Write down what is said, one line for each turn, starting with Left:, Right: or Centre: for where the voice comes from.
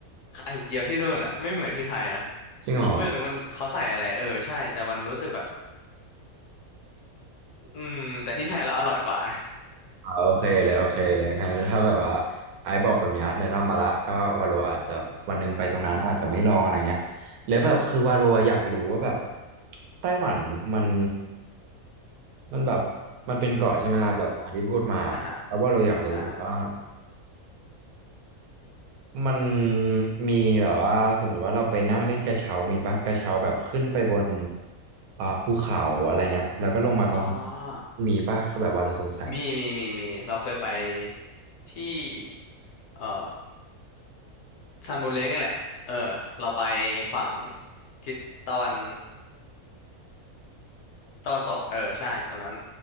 Left: ไข่เจียวที่นู่นอ่ะไม่เหมือนที่ไทยนะ
Right: จริงเหรอ
Left: เขาไม่รู้มันเขาใส่อะไรเออใช่แต่มันรู้สึกแบบอืมแต่ที่ไทยเราอร่อยกว่า
Right: อโอเคเลยโอเคเลยงั้นถ้าแบบว่าไอ้บอกแบบเนี้ยแนะนำมาละก็วาโลอาจจะวันหนึ่งไปตรงนั้นอาจจะไม่ลองอะไรเงี้ยแล้วแบบคือวาโลอยากรู้ว่าแบบไต้หวันมันมันแบบมันเป็นเกาะใช่ไหมล่ะแบบตามที่พูดมา
Left: <laughs> อือหืออ่าฮะ
Right: แล้วว่าเราอยากรู้อีกว่า
Left: ใช่
Right: มันมีแบบว่าสมมุติว่าเราไปนั่งเล่นกระเช้ามีปะกระเช้าแบบขึ้นไปบนอ่าภูเขาอะไรเงี้ยแล้วก็ลงมาตรง
Left: อ๋อ
Right: มีปะคือแบบว่าเราสงสัย
Left: มีมีมีมีเราเคยไปที่เอ่อซันมูนเลกนี่แหละเออเราไปฝั่งทิศตะวันตะวันตกเออใช่ตรงนั้น